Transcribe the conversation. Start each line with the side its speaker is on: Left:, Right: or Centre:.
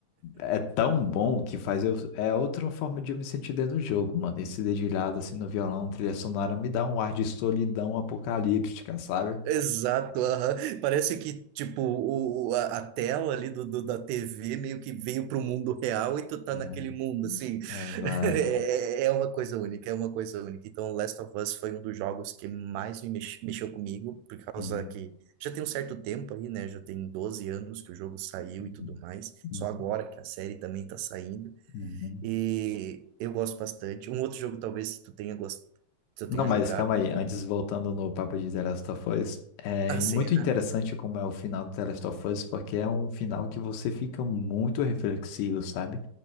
Left: é tão bom que faz eu. É outra forma de eu me sentir dentro do jogo, mano. Esse dedilhado, assim, no violão, trilha sonora, me dá um ar de solidão apocalíptica, sabe?
Right: Exato, aham. Parece que, tipo, o, o- a, a tela ali do, do- da TV meio que veio pro mundo real e tu tá
Left: É.
Right: naquele mundo, assim.
Left: Exato.
Right: <laughs> É, é uma coisa única, é uma coisa única. Então, Last of Us foi um dos jogos que mais me mex- mexeu comigo, por causa
Left: Uhum,
Right: que já tem um certo tempo aí, né? Já tem 12 anos que o jogo saiu
Left: uhum,
Right: e tudo mais.
Left: uhum,
Right: Só agora que a série também tá saindo.
Left: uhum.
Right: E eu gosto bastante. Um outro jogo, talvez, que tu tenha gostado, que eu
Left: Não,
Right: tenha
Left: mas
Right: jogado.
Left: calma
Right: não
Left: aí. Antes,
Right: sei.
Left: voltando no papo de The Last of Us, é
Right: Ah, sim.
Left: muito interessante como é o final do The Last of Us, porque é um final que você fica muito reflexivo, sabe?